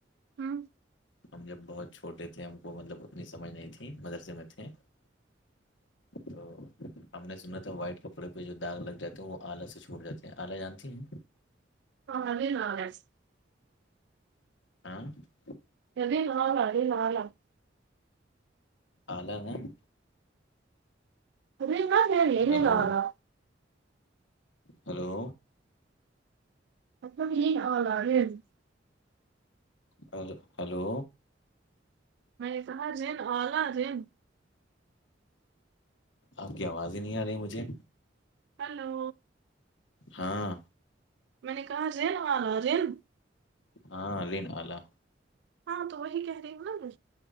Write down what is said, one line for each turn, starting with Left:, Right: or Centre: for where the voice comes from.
Right: ہوں <unintelligible>
Left: ہم جب بہت چھوٹے تھے ہم کو مطلب اتنی سمجھ نہیں تھی مدرسے میں تھے تو ہم نے سنا تھا وائٹ کپڑے پہ جو داغ لگ جاتا ہے وہ آلہ سے چھوٹ جاتے ہیں آلی جانتی ہیں
Right: <unintelligible> ہاں
Left: آاں <unintelligible>
Right: ای نہ لا ابھی نہ لا <inaudible>
Left: آلہ نا <inaudible>
Right: ا م منے ل
Left: ہیلو
Right: آگا <inaudible>
Left: ہیلو
Right: مطلب یہ آ <inaudible>
Left: ہ ہلو
Right: میں نے کہا رن اعلہ رن <inaudible>
Left: آپ کی آواز ہی نہیں آ رہی مجھے
Right: ہلو
Left: ہاں
Right: میں نے کہا رین آ رہا ہے رین
Left: ہاں ا دین اللہ
Right: ہاں تو وہی کہہ رہی ہوں نا